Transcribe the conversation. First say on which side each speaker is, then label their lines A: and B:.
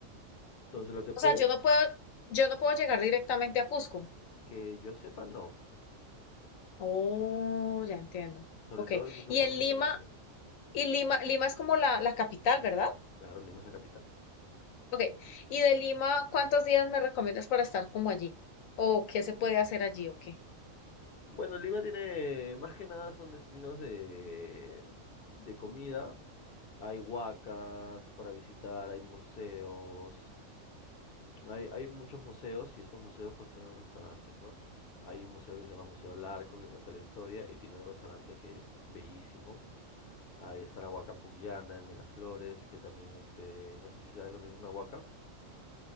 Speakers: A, on the left; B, on the left.
A: Entonces, lo que puedes
B: O sea, yo no puedo, yo no puedo llegar directamente a Cusco.
A: Que yo sepa, no.
B: Oh, ya entiendo.
A: Sobre
B: Ok.
A: todo si son
B: Y
A: vuelos
B: en
A: internacionales.
B: Lima, y Lima, Lima es como la, la capital, ¿verdad?
A: Claro, Lima es la capital.
B: Ok, y de Lima, ¿cuántos días me recomiendas para estar como allí? ¿O qué se puede hacer allí o qué?
A: Bueno, Lima tiene, más que nada son destinos de, de comida. Hay huacas para visitar, hay museos. Hay, hay muchos museos y estos museos pues tienen restaurantes, ¿no? Hay un museo que se llama Museo Larco que cuenta la historia y tiene un restaurante que es bellísimo. Ahí está la huaca Pullana en Miraflores, que también este, no sé si sabes lo que es una huaca.